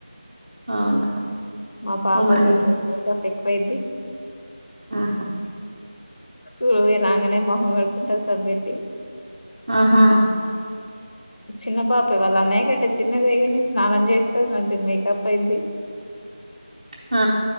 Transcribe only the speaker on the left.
మా పాప
కొంచెం
ఎక్కువైద్ది
చూడు ఇంగ రాంగానే మొహం కడుక్కుంటది సబ్బెట్టి
చిన్న పాపే వాళ్ళు అన్నయ్య కంటే చిన్నదే గాని స్నానం చేస్తది మంచిగా మేకప్ అయిద్ది